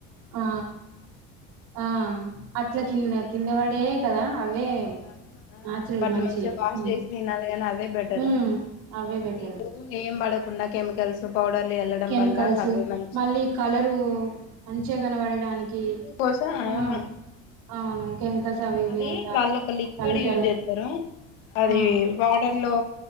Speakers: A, on the right; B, on the left.
A: ఆ ఆ ఇట్లా కింద కింద వాడే కదా అవే
B: అవును
A: నాచురల్
B: వాటిని
A: మంచి
B: మంచిగా వాష్
A: ఉమ్,
B: చేసి తినాలి కానీ అదే బెటర్
A: ఉమ్, అవే బెటర్
B: వీట్ ఏం పడక కుండా కెమికల్స్ పౌడర్లు వెళ్ళడం
A: కెమికల్స్
B: వల్ల అవి మంచిగా
A: మళ్ళీ కలరు మంచిగా కనవడు డానికి
B: ఇంప్రూవ్ కోసం అవును
A: ఆ అవును కెమికల్స్ అవి ఇవి
B: అది
A: అంతా
B: వాళ్ళు ఒక లిక్విడ్
A: చల్లుతారు
B: యూజ్ చేస్తారు అది
A: ఆ
B: వాటర్ లో